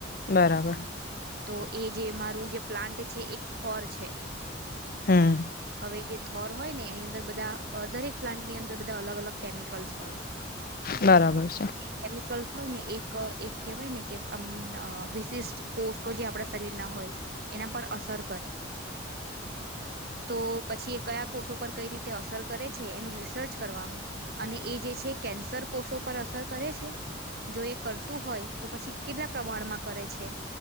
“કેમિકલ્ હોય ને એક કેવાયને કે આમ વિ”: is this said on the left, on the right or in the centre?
Right